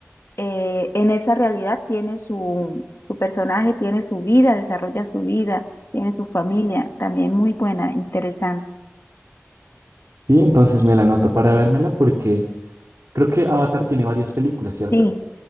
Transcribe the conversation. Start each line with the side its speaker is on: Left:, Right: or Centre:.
Left: eh, en esa realidad tiene su, su personaje, tiene su vida, desarrolla su vida, tiene su familia, también muy buena, interesante.
Right: Sí, entonces me la anoto para vérmela porque creo que Avatar tiene varias películas, ¿cierto?
Left: Sí,